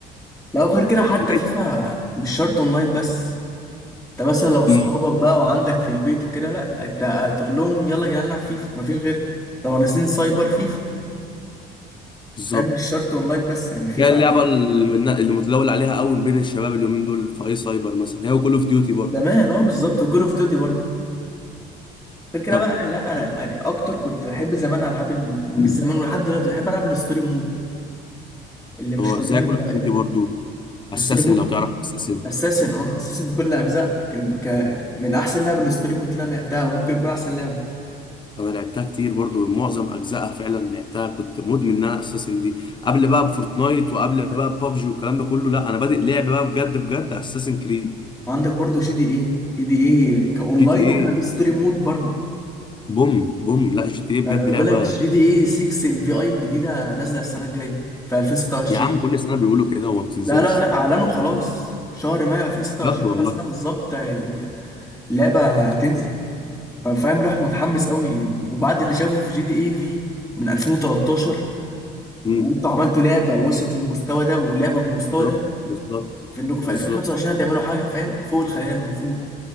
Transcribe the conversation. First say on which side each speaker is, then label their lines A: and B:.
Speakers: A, in the centre; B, on the left.
A: لا وغير كده حتى
B: ممتع.
A: فيفا مش شرط اونلاين بس انت مثلا لو صحابك
B: أمم،
A: بقى وعندك في البيت وكده لا انت هتقول لهم يلا يا جدعان نلعب فيفا مفيش غير لو نازلين سايبر فيفا
B: بالظبط
A: فاهم مش شرط اونلاين بس يعني فيفا
B: هي اللعبة اللي اللي متداول عليها قوي بين الشباب اليومين دول في أي سايبر مثلا هي وكول أوف ديوتي برضو
A: زمان اه بالظبط وكول اوف ديوتي برضه غير كده
B: طب
A: بقى لا انا يعني اكتر كنت بحب زمان العاب ال... ومش
B: مم.
A: زمان ولحد دلوقتي بحب العب الستوري مود اللي مش
B: هو
A: اونلاين
B: زي كول
A: بقى
B: أوف ديوتي برضو
A: الستوري
B: أساسن
A: مود
B: لو تعرف أساسن
A: اساسن اه اساسن بكل اجزاء كان ك... من احسن لعبه الستوري مود اللي انا لعبتها وممكن يكون احسن لعبه
B: أنا لعبتها كتير برضو معظم أجزائها فعلا لعبتها كنت مدمن إن أنا أساسن دي قبل بقى بفورتنايت وقبل بقى ببجي والكلام ده كله لا أنا بادئ لعب بقى بجد بجد أساسن كريد
A: وعندك برضو جي دي ايه جي دي ايه كاونلاين
B: جي تي إيه
A: وكان ستوري مود برضو
B: بوم بوم لا جي تي إيه بجد
A: انا
B: لعبة
A: بقول لك جي دي ايه 6 الفي اي الجديده نازله السنه الجايه في 2026
B: يا عم كل سنة بيقولوا كده وما بتنزلش
A: لا لا لا
B: و...
A: اعلنوا خلاص شهر مايو 2026
B: بجد والله
A: كمان سنه بالظبط هي- اللعبه هتنزل ف- فاهم الواحد متحمس قوي وبعد اللي شافه في جي دي ايه في من 2013
B: امم
A: وانتوا عملتوا لعبه وصلت للمستوى ده ولعبه بالمستوى
B: بالظبط
A: ده
B: بالظبط
A: في انكم في
B: بالظبط
A: 2025 هتعملوا حاجه فاهم فوق الخيال المفروض